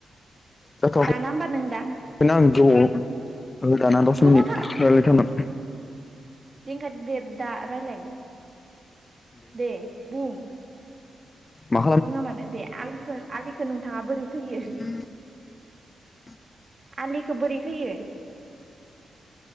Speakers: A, on the left; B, on the right.
A: जाथ'आखै
B: दाना
A: <unintelligible>
B: होमबा नों दा
A: आं‌ गोबाव औ दाना दस
B: गोबाव
A: मिनिट रायलायथानां
B: दिनखादो दे दा रायलाय दे बुं
A: मा
B: बुङा मानो दे आलिखो-आलिखो नोंथाङा बोरै खोयो
A: <unintelligible>
B: आलिखो बोरै खोयो